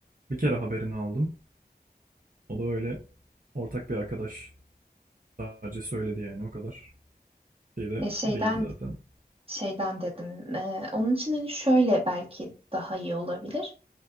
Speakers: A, on the right; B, on the right.
A: Bir kere haberini aldım. O da öyle ortak bir arkadaş sadece söyledi yani o kadar. Şey de
B: Ya şeyden
A: değildi zaten.
B: şeyden dedim. Ee, onun için hani şöyle belki daha iyi olabilir.